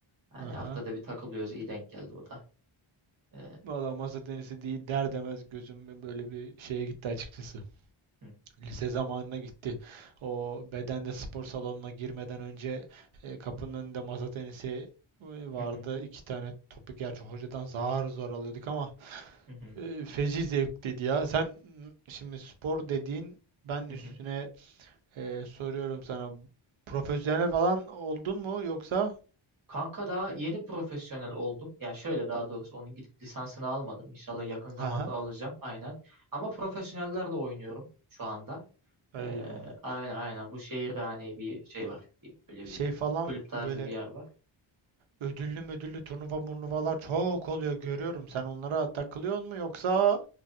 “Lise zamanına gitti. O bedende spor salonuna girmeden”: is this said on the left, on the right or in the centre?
Right